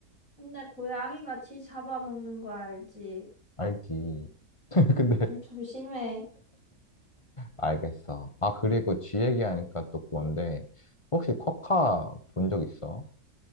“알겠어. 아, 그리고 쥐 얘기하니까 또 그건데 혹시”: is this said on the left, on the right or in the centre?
Left